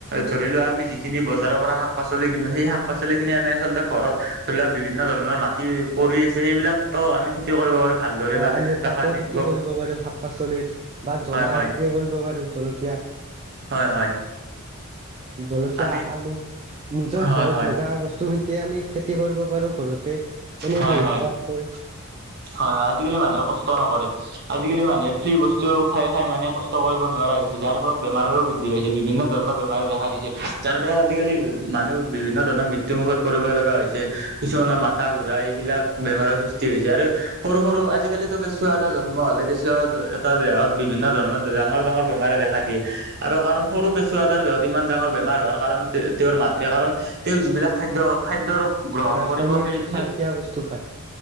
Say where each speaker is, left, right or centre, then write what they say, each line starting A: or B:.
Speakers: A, on the right; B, on the right.
A: ধৰিলোৱা আমি যিখিনি বজাৰৰ পৰা শাক- পাচলি কিনো সেই শাক- পাচলি খিনি আমি আচলতে ঘৰত ধৰি লোৱা বিভিন্ন ধৰণৰ মাটি পৰি আছে সেইবিলাকতো আমি খেতি কৰিব পাৰো ভালদৰে
B: অ
A: বা
B: আমি
A: ৰাসায়নিক
B: তাতো খেতি কৰিব পাৰো শাক-পাচলিৰ বা জলা
A: হয় হয়
B: খেতি কৰিব পাৰোঁ জলকীয়া।
A: হয় হয়।
B: জলকীয়া,
A: আমি
B: আলু নিজৰ
A: হয়
B: ঘৰত
A: হয়
B: লগা বস্তুখিনিতে আমি খেতি কৰিব পাৰোঁ ঘৰতে এনেই
A: হয়
B: বহি
A: হয়
B: থকাতকৈ।
A: হয় হয়, আজিকালি মানুহে কষ্ট নকৰে। আজিকালি মানুহে ফ্ৰী বস্তু খাই খাই মানে কষ্ট কৰিব নোৱাৰা হৈ গৈছে, যাৰ ফলত বেমাৰৰো বৃদ্ধি হৈছে বিভিন্ন ধৰণৰ বেমাৰে দেখা দিছে যাৰ ফলত আজিকালি মানুহ বিভিন্ন ধৰণৰ মৃত্যু মুুখত পৰিব লগা হৈছে। কিছুমানৰ মাথা ঘূৰা এইবিলাক বেমাৰৰ সৃষ্টি হৈছে আৰু সৰু সৰু আজিকালিতো কি কেঁচু এটা জন্ম হলে কেঁচুৱা এটা দেহত বিভিন্ন ধৰণৰ ডাঙৰ ডাঙৰ বেমাৰে দেখা দিয়ে। আৰু কাৰণ সৰু কেঁচুৱাটাৰ দেহত ইমান ডাঙৰ বেমাৰ হোৱাৰ কাৰণ তেওঁৰ মাতৃ কাৰণ তেওঁ যিবিলাক খাদ্য খাদ্যৰ গ্ৰহণ কৰিব
B: সাৰ
A: সেই সেই
B: দিয়া বস্তু খায়,